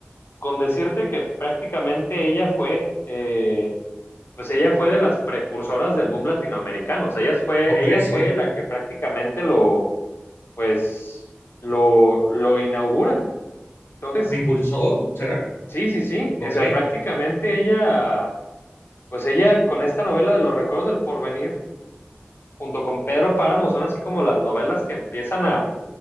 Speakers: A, on the left; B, on the left.
A: con decirte que prácticamente ella fue, eh, pues ella fue de las precursoras del boom latinoamericano. O sea, ella fue,
B: Ok,
A: ella
B: sí.
A: fue la que prácticamente lo pues lo, lo inaugura. Entonces,
B: ¿Lo impulsó? ¿Será?
A: sí, sí, sí,
B: Ok,
A: o sea, prácticamente ella, pues ella con esta novela de Los Recuerdos del Porvenir, junto con Pedro Páramo, son así como las novelas que empiezan a,